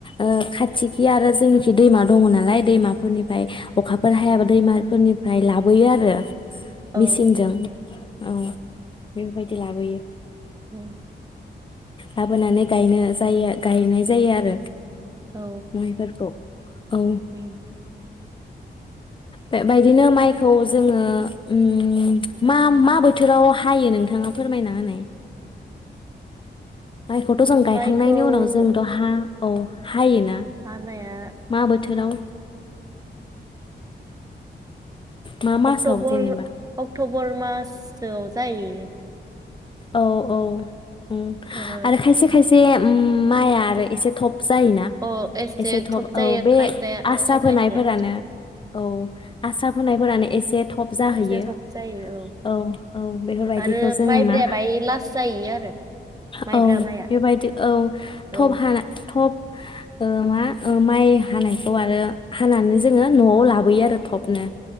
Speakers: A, on the left; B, on the right.
A: ओ खाथिखि आरो जोंनिखि दैमा दङ नालाय दैमाफोरनिफ्राय अखाफोर हायाबा दैमाफोरनिफ्राय लाबोयो आरो
B: औ
A: मेचिनजों औ बे बायदि लाबोयो‌
B: उम
A: लाबोनानै गायनो जायो गायनाय जायो आरो
B: औ
A: माइफोरखौ। औ
B: उम
A: बेबायदिनो माइखौ जोङो उम मा मा बोथोराव हायो नोंथाङा फोरमायना होनाय माइखौथ जों गायखांनायनि
B: माइखौ
A: उनाव जोंथ हा औ हायोना
B: हानाया
A: मा बोथोराव मा मासाव
B: अक्टबर
A: जेनेबा
B: अक्टबर माससो जाहैयो।
A: औ औ उम
B: अक्ट'बर
A: आरो खायसे खायस माइआ आरो एसे थब जायोना
B: अ
A: एसे थब
B: जायो
A: औ बे
B: खायफाया
A: आसा
B: खायसे
A: फोनायफोरानो
B: खायसे
A: औ आसा हानाय फोरानो एसे थब थब जाहैयो
B: एसे थब जायो
A: औ औ बेफोरबायदिखौ
B: आरो
A: जोङो
B: माइब्राया
A: मा
B: बाय लास्ट जायो आरो माइब्रा
A: औ
B: माइआ
A: बेबायदि औ
B: औ
A: थब हाना थब ओ मा-माइ हानायखौ आरो हानानै जोङो नआव लाबोयो आरो थबनो।